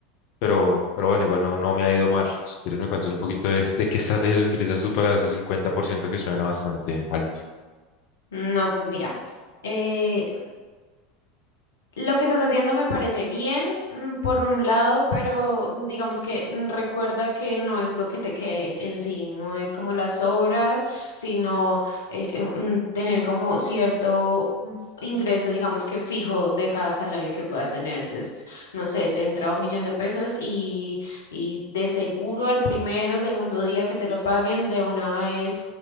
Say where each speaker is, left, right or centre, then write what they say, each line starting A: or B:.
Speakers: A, on the left; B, on the left.
A: pero, pero bueno, igual no, no me ha ido mal. Si quieres me cuentas un poquito de, de qué <laughs> estrategias utilizas tú para ese 50% que suena bastante alto.
B: No, pues mira. eh, Lo que estás haciendo me parece bien, mm, por un lado, pero mm, digamos que mm, recuerda que no es lo que te quede en sí, no es como las obras, sino eh, eh, mm, tener como cierto mm, f- ingreso, digamos que fijo de cada salario que puedas tener. Entonces, no sé, te entra un millón de pesos y, y de seguro el primero, segundo día que te lo paguen, de una vez